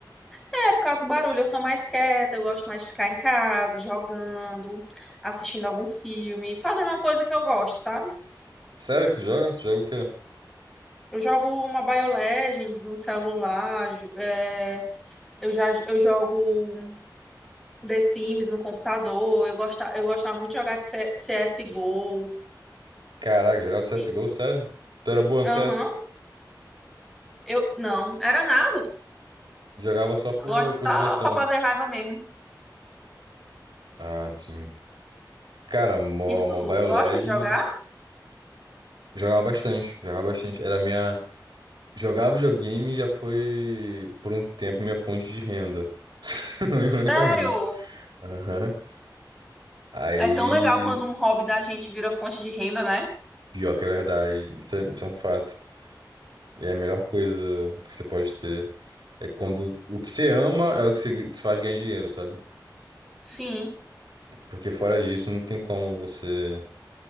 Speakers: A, in the centre; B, on the right (about 75°).
A: É por causa do barulho, eu sou mais quieta, eu gosto mais de ficar em casa, jogando, assistindo algum filme, fazendo uma coisa que eu gosto, sabe?
B: Sério que tu joga? Tu joga o quê?
A: Eu jogo uma Mobile Legends no celular, j- é, eu já eu jogo The Sims no computador. Eu gostava, eu gostava muito de jogar de C- C s CSGO.
B: Caraca, jogava CSGO,
A: E,
B: sério? Tu era boa no
A: aham,
B: CS?
A: eu não, era nada.
B: Jogava só
A: Só
B: por,
A: gosto
B: por
A: só
B: diversão.
A: pra fazer raiva mesmo.
B: Ah, sim. Cara, Mo-
A: E tu,
B: Mobile
A: gosta
B: Legends,
A: de jogar?
B: jogava bastante, jogava bastante. Era minha... Jogava videogame e já foi, por um tempo, minha fonte de renda. <laughs>
A: Sério?
B: Ironicamente. Aham. Aí,
A: É tão legal quando um hobby da gente vira fonte de renda, né?
B: pior que é verdade, isso é, isso é um fato. E é a melhor coisa do- que você pode ter. É quando o que você ama é o que você te faz ganhar dinheiro, sabe?
A: Sim.
B: Porque fora disso, não tem como você